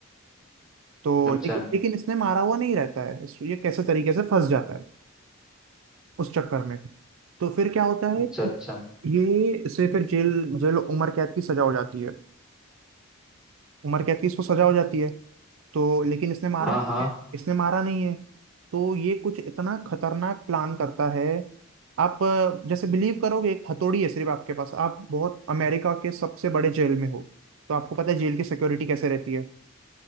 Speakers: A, on the right (about 70°); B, in the centre.
A: तो
B: अच्छा
A: लेकिन लेकिन इसने मारा हुआ नहीं रहता है इस- ये कैसे तरीके से फंस जाता है उस चक्कर में तो फिर क्या होता
B: अच्छा
A: है
B: अच्छा
A: ये से फिर जेल जेल उम्र कैद की सजा हो जाती है उम्र कैद की इसको सजा हो जाती है तो लेकिन इसने मारा
B: हाँ
A: नहीं
B: हाँ
A: है इसने मारा नहीं है तो ये कुछ इतना खतरनाक प्लान करता है आप अ, जैसे बिलीव करोगे एक हथौड़ी है सिर्फ आपके पास आप बहुत अमेरिका के सबसे बड़े जेल में हो तो आपको पता है जेल की सिक्योरिटी कैसे रहती है